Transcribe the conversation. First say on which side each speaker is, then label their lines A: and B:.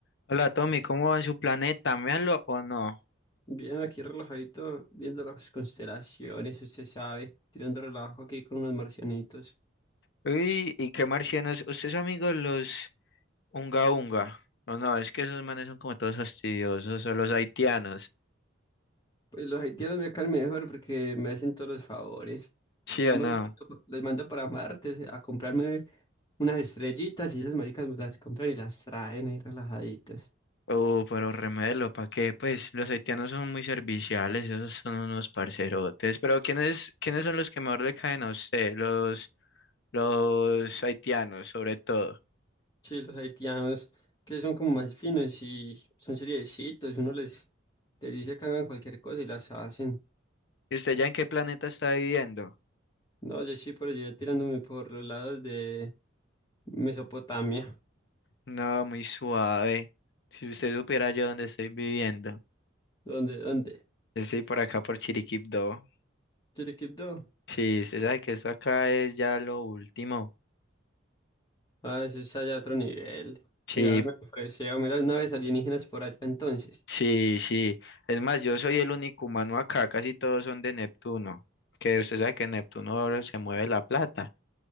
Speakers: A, on the left; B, on the left.
A: Hola Tommy, ¿cómo va en su planeta? ¿Méalo o no?
B: Bien, aquí relajadito, viendo las constelaciones, usted sabe, tirando relajo aquí con unos marcianitos.
A: Uy, ¿y qué marcianos? ¿Usted es amigo de los Unga Unga? ¿O no? Es que esos manes son como todos fastidiosos, o los haitianos.
B: Pues los haitianos me caen mejor porque me hacen todos los favores.
A: ¿Sí
B: Digamos,
A: o no?
B: les mando, les mando para Marte a comprarme unas estrellitas y esas maricas me las compran y las traen ahí relajaditas.
A: Oh, pero remelo, ¿para qué? Pues los haitianos son muy serviciales, esos son unos parcerotes. Pero ¿quiénes, quiénes son los que mejor le caen a usted? Los, los haitianos, sobre todo.
B: Sí, los haitianos, que son como más finos y son seriecitos, uno les, les dice que hagan cualquier cosa y las hacen.
A: ¿Y usted ya en qué planeta está viviendo?
B: No, yo sí por allá tirándome por los lados de Mesopotamia.
A: No, muy suave. Si usted supiera yo dónde estoy viviendo.
B: ¿Dónde? ¿Dónde?
A: Yo estoy por acá por Chiriquipdo.
B: ¿Chiriquipto?
A: Sí, usted sabe que eso acá es ya lo último.
B: Ah, eso es allá otro nivel.
A: Sí,
B: Allá me ofreció, mira, las naves alienígenas por allá entonces.
A: sí, sí. Es más, yo soy el único humano acá, casi todos son de Neptuno. Que usted sabe que en Neptuno se mueve la plata.